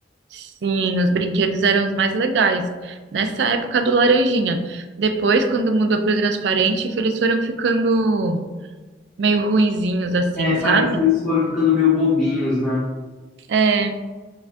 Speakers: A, on the right (about 70°); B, in the centre.
A: sim, os brinquedos eram os mais legais. Nessa época do laranjinha. Depois, quando mudou pro transparente, eles foram ficando meio ruinzinhos assim,
B: É,
A: sabe?
B: parece que eles foram ficando meio bobinhos, né?
A: É,